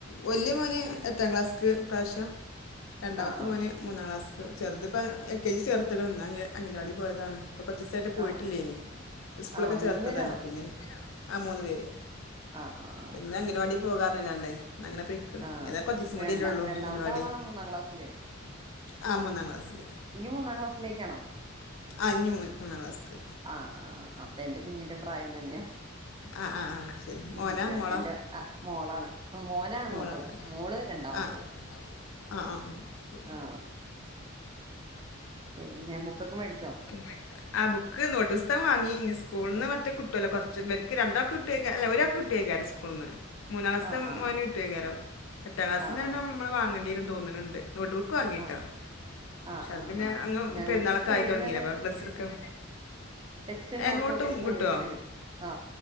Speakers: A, on the left; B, on the right.
A: വല്ല്യ മോന് എത്രാം ക്ലാസ്ക്ക് ഈപ്രാവശ്യം? രണ്ടാമത്തെ
B: ആഹ് ആഹ്
A: മോന് മൂന്നാം ക്ലാസ്ക്ക്. ചെറുത് ഇപ്പ എൽ കെ ജി ചേർത്ത്ക്ക്ണ്. ഇന്ന് അങ്ങ് അങ്കണവാടീ പോയതാണ്. ഇപ്പൊ കുറച്ച് ദിവസായിട്ട് പോയിട്ടില്ലേനി.
B: ആഹ്
A: സ്കൂളൊക്കെ
B: ആഹ്
A: ചേർത്തതല്ലെ.
B: മൂന്ന് പേരാണോ
A: പിന്നെ ആഹ് മൂന്ന് പേര്.
B: ആഹ് ആഹ് ആഹ്
A: ഇന്ന് അംഗൻവാടിൽ പോകാറുങ്ങാണ്ട്. ഇന്ന് അങ്ങനെ പോയ്
B: ആഹ്
A: ഏതാ കൊറച്ചു ദിവസം കൂടിയല്ലേ
B: രണ്ട
A: ഉള്ളൂ
B: രണ്ടാമത്തെ
A: അങ്കണവാടി.
B: ആളാണോ മൂന്നാം ക്ലാസ്സില്
A: ആഹ് മൂന്നാം ക്ലാസ്സില്
B: ഇനി മൂന്നാം ക്ലാസിലേക്കാണോ?
A: ഇഞ്ഞ് മൂ മൂന്നാം ക്ലാസ്ക്ക്.
B: ആ, ആ,. അപ്പെ എന്റെ കുഞ്ഞിന്റെ പ്രായം തന്നെയാ.
A: ആ ആ ആ ശരി മോനാ
B: ൻ്റെ
A: മോളാ
B: എൻ്റെ അഹ് മോളാണ് മോനാണ്
A: മോളാണ്
B: മൂത്തത്. മോള് രണ്ടാമത്തത്.
A: ആ ആ, ആ, ആ. ശരി
B: ആ. പിന്നെ ബുക്കൊക്കെ മേടിച്ചോ?
A: പോയ് <unintelligible> മേടിച്ചാ? ആ, ബുക്ക് നോട്ട് പുസ്തകം വാങ്ങി. ഇനി സ്കൂൾ ന്ന് മറ്റേ കിട്ടുവല്ലോ കുറച്ച് ഇവർ ക്ക് രണ്ടാൾക്ക് കിട്ടുകെരം അല്ല ഒരാൾക്ക് കിട്ടുകെരം, സ്ക്കൂ ക്കൂൾന്ന്. മൂന്നാം ക്ലാസ്ത്തെ
B: ആഹ് ആഹ്
A: മോന് കിട്ടുകെരം. എട്ടാം ക്ലാസ്സിലെന്നെ
B: ആഹ് ആഹ്
A: ഇമ്മള് വാങ്ങേണ്ടി വരുന്ന് തോന്നണണ്ട്. നോട്ടുബു ക്ക് വാങ്ങീട്ടോ.
B: ആഹ് ആഹ്
A: പക്ഷെ അത്
B: ആഹ്
A: പിന്നെ
B: ആഹ്
A: അങ്ങ്
B: ഞങ്ങൾക്ക്
A: പെരുന്നാളൊക്കെ
B: സ്കൂളിൽ
A: ആയി തുടങ്ങീല്ലെ.
B: നിന്ന്
A: അപ്പവന് ഡ്രസ് എടുക്കാം.
B: ടെസ്‌റ്റും
A: ഏ
B: നോട്ടു
A: നോട്ട്
B: ഒക്കെ സ്കൂളിൽ
A: കിട്ടുമോ
B: നിന്ന് തന്നെ കിട്ടും. ആ.